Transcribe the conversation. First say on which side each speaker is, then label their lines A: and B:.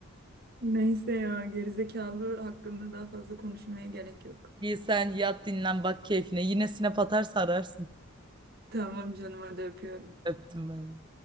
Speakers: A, on the right; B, on the right.
A: Neyse ya gerizekalı hakkında daha fazla konuşmaya gerek yok.
B: İyi sen yat dinlen bak keyfine. Yine sinep atarsa ararsın.
A: Tamam canım hadi öpüyorum.
B: Öptüm ben.